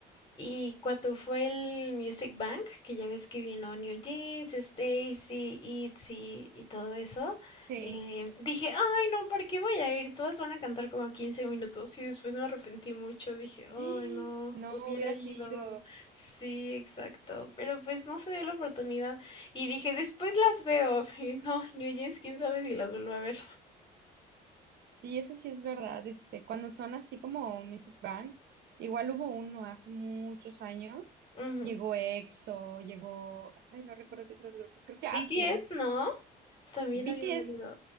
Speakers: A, on the left; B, on the right.
A: Y cuando fue el Music Bank, que ya ves que vino New Jeans, Stacy, ITZY y todo eso,
B: sí.
A: eh, dije, ay, no, ¿para qué voy a ir? Todas van a cantar como 15 minutos y después me arrepentí mucho. Dije, ay,
B: ¡Ah!
A: no,
B: No
A: hubiera
B: hubiera
A: ido.
B: sido.
A: Sí, exacto. Pero pues no se dio la oportunidad. Y dije, después las veo. <laughs> Y no, New Jeans, quién sabe si las vuelvo a ver.
B: Sí, eso sí es verdad. Este, cuando son así como Music Bank, igual hubo uno hace muchos años.
A: Ujú.
B: Llegó EXO, llegó, ay, no recuerdo qué otros grupos, creo que a
A: BTS,
B: Pink.
A: no, también
B: BTS
A: habían venido.